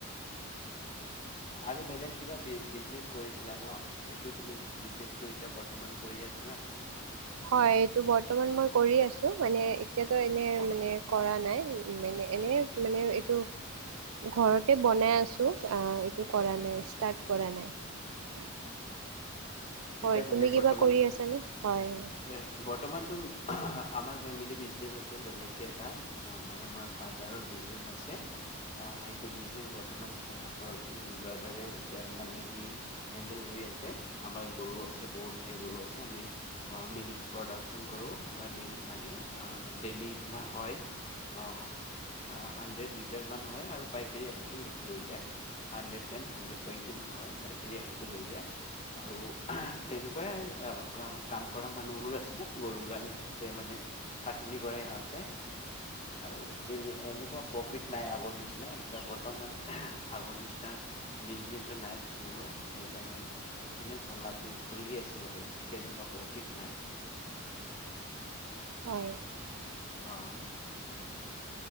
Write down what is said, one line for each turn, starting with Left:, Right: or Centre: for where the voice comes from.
Left: আৰু বেলেগ কিবা বিজনেচ কৰিছিলা ন, সেইটো তুমি বিজনেচ এতিয়া বৰ্তমান কৰি আছা না বাদ দিলা?
Right: হয়, এইটো বৰ্তমান মই কৰি আছো মানে এতিয়াতো এনে মানে কৰা নাই মানে। এনে মানে এইটো ঘৰতে বনাই আছো আ এইটো কৰা নাই ষ্টাৰ্ট কৰা নাই।
Left: <inaudible>
Right: হয়, তুমি
Left: মানে
Right: কিবা
Left: বৰ্তমান
Right: কৰি আছানে হয়।
Left: এ বৰ্তমানতো আমাৰ ফেমিলি বিজনেচ আছে। বেলেগকৈ এটা মানে মোৰ ফাদাৰৰ বিজনেছ আছে। সেইটো বিজনেছ বৰ্তমান মোৰ ব্ৰাডাৰে এতিয়া মানে সি হেণ্ডেল কৰি আছে। আমাৰ গৰু আছে বহুত সেই গৰু আছে। আমি মিল্ক প্ৰডাকচন কৰো। আমাৰ মিল্ক মানে ডেইলি তোমাৰ হয় অহ হানড্ৰেড লিটাৰ মান হয় আৰু পাইকাৰী আহি লৈ যায়। হানড্ৰেড টেন হানড্ৰেড টুৱেন্টি মান হয় পাইকাৰী আহি লৈ যায়। আৰু তেনেকুৱাই কাম কৰা মানুহবোৰো আছে। গৰুৰ কাৰণে তাতে মানে খাটনি কৰে সিহঁতে আৰু তে এনেকুৱা প্ৰফিট নাই আগৰ নিচিনা এতিয়া বৰ্তমান আগৰ নিচিনা বিজনেচো নাই তেনেকুৱা সেইকাৰণে। এনে চলাটো চলি আছে বাৰু তেনেকুৱা প্ৰফিট নাই
Right: হয়
Left: আহ